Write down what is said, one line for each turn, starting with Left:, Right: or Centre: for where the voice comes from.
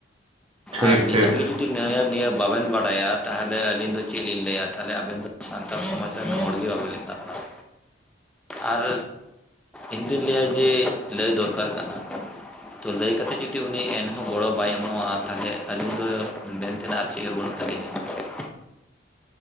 Right: ᱴᱷᱤᱠ
Centre: ᱟᱨ ᱱᱤᱦᱟᱹᱛᱤ
Right: ᱴᱷᱤᱠ
Centre: ᱜᱮ ᱡᱩᱫᱤ ᱡᱩᱫᱤ ᱱᱤᱭᱟᱹ ᱵᱟᱵᱮᱱ ᱵᱟᱲᱟᱭᱟ ᱛᱟᱦᱚᱞᱮ ᱟᱹᱞᱤᱧ ᱫᱚ ᱪᱮᱫ ᱞᱤᱧ ᱞᱟᱹᱭᱟ ᱛᱟᱦᱚᱞᱮ ᱟᱵᱮᱱ ᱫᱚ ᱥᱟᱱᱛᱟᱲ ᱥᱚᱢᱟᱡᱽ ᱦᱚᱲ ᱜᱮ ᱵᱟᱵᱮᱱ ᱞᱮᱠᱷᱟᱜ ᱠᱟᱱᱟ᱾
Right: <unintelligible>
Centre: ᱟᱨ ᱤᱧᱫᱩᱧ ᱞᱟᱹᱭᱟ ᱡᱮ ᱞᱟᱹᱭ ᱫᱚᱨᱠᱟᱨ ᱠᱟᱱᱟ ᱾ ᱛᱚ ᱞᱟᱹᱭ ᱠᱟᱛᱮᱫ ᱡᱩᱫᱤ ᱩᱱᱤ ᱮᱱᱦᱚᱸ ᱜᱚᱲᱚ ᱵᱟᱭ ᱮᱢᱚᱜᱼᱟ ᱛᱟᱦᱚᱞᱮ ᱟᱹᱞᱤᱧ ᱫᱚ ᱢᱮᱱ ᱪᱮᱫᱟᱜ ᱪᱮ ᱦᱚᱸ ᱵᱟᱹᱱᱩᱜ ᱛᱟᱹᱞᱤᱧᱟ ᱾